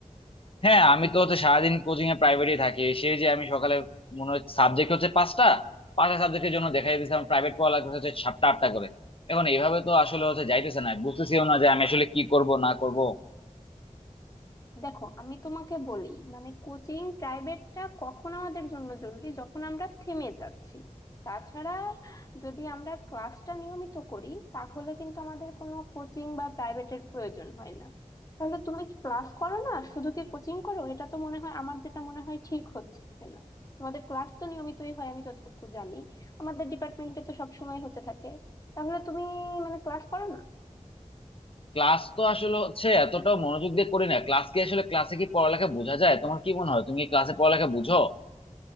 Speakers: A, on the left; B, on the left.
A: হ্যাঁ আমি তো হচ্ছে সারাদিন কোচিং এ প্রাইভেটই থাকি সেই যে আমি সকালে মনে হচ্ছে সাবজেক্ট হচ্ছে পাঁচটা পাঁচটা সাবজেক্টের জন্য দেখা দিয়েছিলাম প্রাইভেট পড়া লাগতেছে হচ্ছে সাতটা আটটা করে এখন এইভাবে তো আসলে হচ্ছে যাইতেছে না বুঝতেছিও না যে আমি আসলে কি করব না করব
B: দেখো আমি তোমাকে বলি মানে কোচিং প্রাইভেটটা কখন আমাদের জন্য জরুরি যখন আমরা থেমে যাচ্ছি তাছাড়া যদি আমরা ক্লাসটা নিয়মিত করি তাহলে কিন্তু আমাদের কোনো কোচিং বা প্রাইভেটের প্রয়োজন হয় না তাহলে তুমি কি ক্লাস করো না শুধু কি কোচিং করো এটা তো মনে হয় আমার যেটা মনে হয় ঠিক হচ্ছে না তোমাদের ক্লাস তো নিয়মিতই হয় আমি যতটুকু জানি আমাদের ডিপার্টমেন্টে তো সবসময় হতে থাকে তাহলে তুমি মানে ক্লাস করো না
A: ক্লাস তো আসলে হচ্ছে এতটাও মনোযোগ দিয়ে করি না ক্লাস কি আসলে ক্লাসে কি পড়ালেখা বোঝা যায় তোমার কি মনে হয় তুমি কি ক্লাসে পড়ালেখা বুঝো